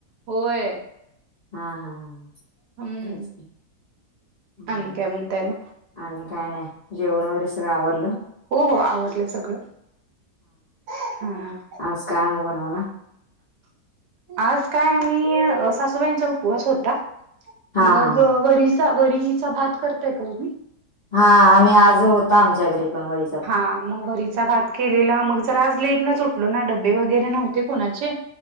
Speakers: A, on the right; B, on the left.
A: होय
B: हा हा हा हा,
A: हम्म,
B: तेच की हम्म
A: आणि काय म्हणताय म?
B: आणि काय नाय. जेवण वगैरे सगळं आवरलं.
A: हो हो, आवरलं सगळं. हा हा,
B: आज काय मग बनवला
A: आज काय आम्ही, सासूबाईंचा उपवास होता.
B: हा
A: मग
B: हा हा
A: वरीचा वरीचा भात करताय का तुम्ही?
B: हा आम्ही आज होता आमच्या घरी पण वरी
A: हा. मग वरीचा भात केलेला. मग जरा आज लेट न सुटलो ना डब्बे वगैरे नव्हते कोणाचे.